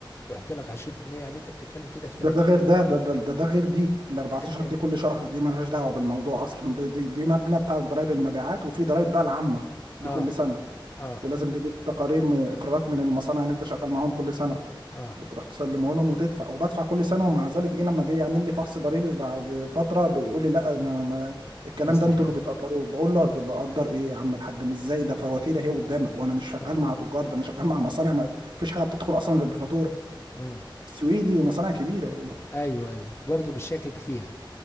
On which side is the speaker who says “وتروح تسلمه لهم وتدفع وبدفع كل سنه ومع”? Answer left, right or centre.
Right